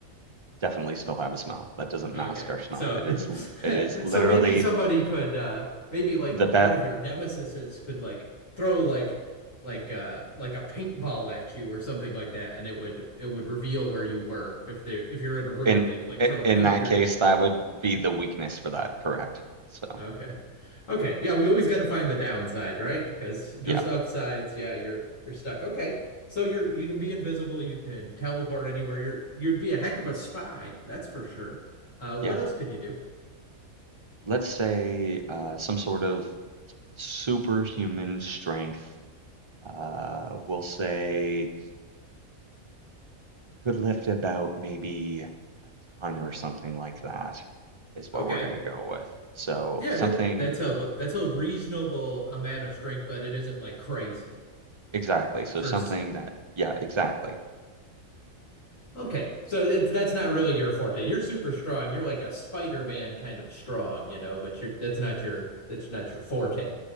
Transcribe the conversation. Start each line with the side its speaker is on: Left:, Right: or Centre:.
Right: definitely still have a smell. That doesn't
Left: Okay.
Right: mask our smell.
Left: So
Right: It is l-
Left: <laughs>
Right: it is literally
Left: so maybe somebody could uh maybe like
Right: the bet
Left: one of your nemesises could like throw like like uh like a paintball at you or something like that and it would it would reveal where you were if they if you're in a room
Right: in
Left: they'd like throw
Right: i-
Left: a paint
Right: in that
Left: grenade.
Right: case that would be the weakness for that, correct? So
Left: Okay. Okay. Yeah, we always got to find the downside, right? Because just
Right: yeah,
Left: upsides, yeah, you're you're stuck. Okay. So you're you can be invisible, you can teleport anywhere. You're you'd be a heck of a spy, that's for sure. Uh what
Right: yeah.
Left: else could you do?
Right: Let's say uh, some sort of superhuman strength uh, we'll say could lift about maybe a ton or something like that is what
Left: Okay.
Right: we're going to go with. So
Left: Yeah,
Right: something
Left: that that's a that's a reasonable amount of strength, but it isn't like crazy.
Right: exactly. So
Left: First,
Right: something that yeah, exactly.
Left: okay, so it, that's not really your forte. You're super strong. You're like a Spider-Man kind of strong, you know. But you're that's not your that's not your forte.